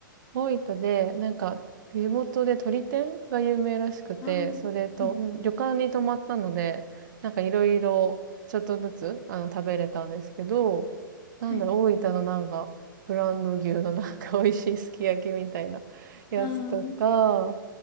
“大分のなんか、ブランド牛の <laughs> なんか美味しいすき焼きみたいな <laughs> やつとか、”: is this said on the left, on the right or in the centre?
Right